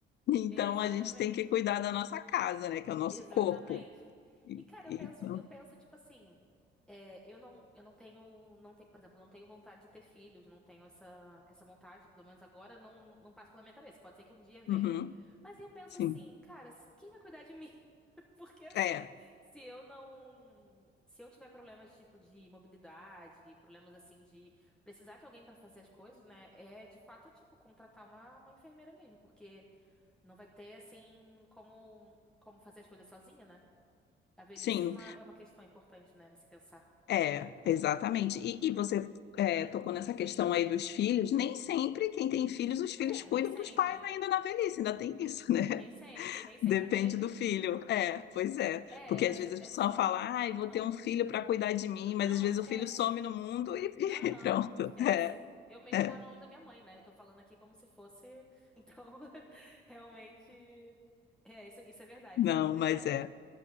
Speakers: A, on the left (about 60°); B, in the centre.
A: Então,
B: Exatamente.
A: a gente tem que cuidar da nossa casa, né, que é o nosso
B: Exatamente.
A: corpo. E-
B: E, cara,
A: e-
B: eu penso,
A: então,
B: eu penso, tipo assim, é, eu não, eu não tenho, não tenho, por exemplo, eu não tenho vontade de ter filhos, não tenho essa, essa vontade, pelo menos agora, não, não passa pela minha cabeça. Pode ser que um dia venha.
A: uhum,
B: Mas eu penso
A: sim,
B: assim, cara, se- quem vai cuidar de mim? <laughs> Porque assim,
A: é,
B: se eu não, se eu tiver problemas tipo de mobilidade, problemas assim de precisar de alguém pra fazer as coisas, né? É de fato tipo contratar uma, uma enfermeira mesmo, porque não vai ter, assim, como, como fazer as coisas sozinho, né? A velhice
A: sim.
B: é uma, é uma questão importante, né? Você pensar.
A: É, exatamente. E, e você é, tocou nessa questão aí dos filhos. Nem sempre quem tem filhos, os filhos
B: É, nem
A: cuidam
B: sempre.
A: dos pais ainda na velhice, ainda tem isso, né?
B: Nem sempre,
A: <laughs>
B: nem sempre
A: Depende
B: mesmo.
A: do filho. É, pois é.
B: É,
A: Porque
B: era,
A: às vezes as
B: é
A: pessoas
B: só.
A: falam,
B: ti-
A: ai,
B: Aham.
A: vou ter um filho para cuidar de mim,
B: Não,
A: mas às vezes
B: esquece.
A: o filho some no mundo e, <laughs>
B: Aham,
A: e pronto.
B: esquece.
A: É,
B: Eu mesmo
A: é.
B: moro longe da minha mãe, né? Eu tô falando aqui como se fosse. Então, <laughs> realmente. É, isso, isso é verdade,
A: Não,
B: isso é muito verdade.
A: mas é.